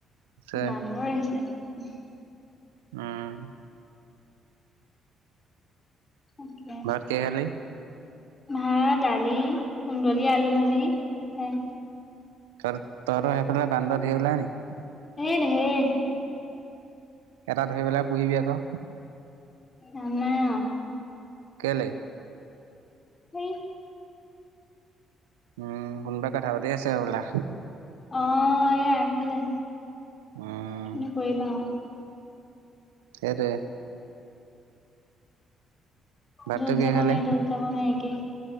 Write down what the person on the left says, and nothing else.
বান্দৰ আহিছে উ
অকে
মাহ দালি কুন্দলি আলু ভাজি হে
হে-
আ নাই।
সেই
অ এ এগফলে
তুমি কৰিবা উম।
যত
যাবনে
যত যাব নুৱাই একেই।